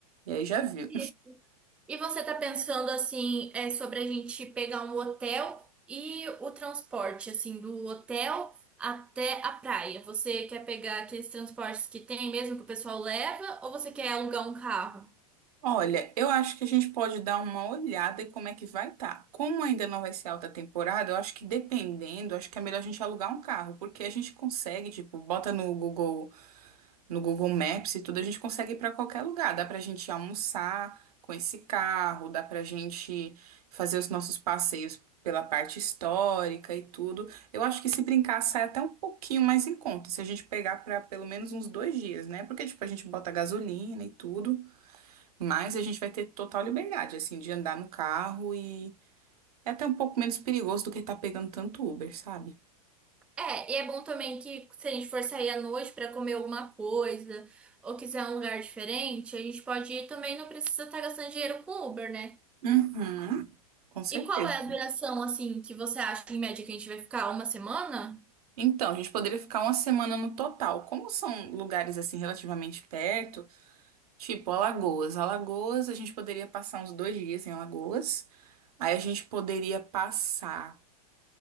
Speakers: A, on the right (about 75°); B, in the centre.
A: E aí já viu.
B: E e você tá pensando assim, é, sobre a gente pegar um hotel e o transporte, assim, do hotel até a praia. Você quer pegar aqueles transportes que tem mesmo que o pessoal leva, ou você quer alugar um carro?
A: Olha, eu acho que a gente pode dar uma olhada em como é que vai estar. Como ainda não vai ser alta temporada, eu acho que dependendo, acho que é melhor a gente alugar um carro, porque a gente consegue, tipo, bota no Google, no Google Maps e tudo, a gente consegue ir para qualquer lugar. Dá pra gente almoçar com esse carro, dá pra gente fazer os nossos passeios pela parte histórica e tudo. Eu acho que se brincar sai até um pouquinho mais em conta, se a gente pegar para pelo menos uns dois dias, né? Porque, tipo, a gente bota gasolina e tudo. Mas a gente vai ter total liberdade, assim, de andar no carro e é até um pouco menos perigoso do que estar pegando tanto Uber, sabe?
B: É, e é bom também que se a gente for sair à noite pra comer alguma coisa ou quiser um lugar diferente, a gente pode ir também, não precisa estar gastando dinheiro com Uber, né?
A: Uhum. Com certeza.
B: E qual é a duração, assim, que você acha em média que a gente vai ficar uma semana?
A: Então, a gente poderia ficar uma semana no total. Como são lugares assim relativamente perto, tipo Alagoas. Alagoas, a gente poderia passar uns dois dias em Alagoas. Aí a gente poderia passar